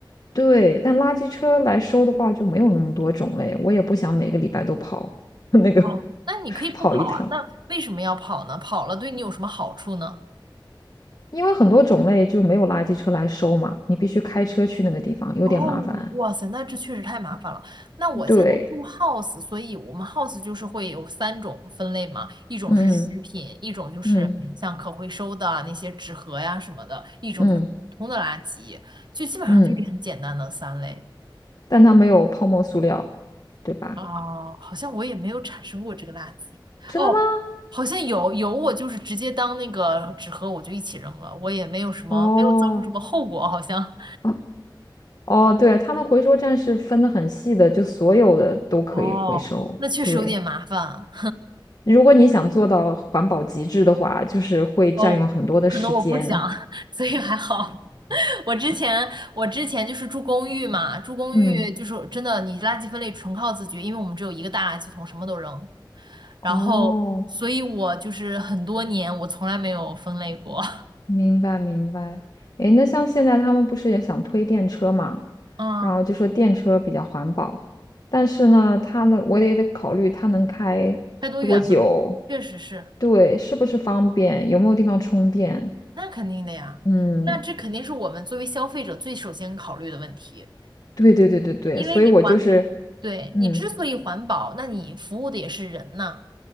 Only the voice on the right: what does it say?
哦，那你可以不跑啊，
那为什么要跑呢？跑了对你有什么好处呢？
哦，哇塞，那这确实太麻烦了。那我现在住
house，所以我们 house 就是会有三种分类嘛，一种是食品，
一种就是像可回收的啊那些纸盒呀什么的，
一种就是普通的垃圾，
就基本上就是很简单的三类。
哦，好像我也没有产生过这个垃圾。哦，
好像有有，我就是直接当那个纸盒，我就一起扔了，我也没有什么，
没有遭受什么后果，好像。
哦，那确实有点麻烦啊。
哦，可能我不想，<laughs> 所以还好。<laughs> 我之前我之前就是住公寓嘛，住公寓就是真的，
你垃圾分类纯靠自觉，因为我们只有一个大垃圾桶，什么都扔。然后，
所以我就是很多年我从来没有分类过。<laughs>
嗯。
开多远嘛，确实是，
那肯定的呀，
那这肯定是我们作为消费者最首先考虑的问题，
因为你环，
对，
你之所以环保，那你服务的也是人呐，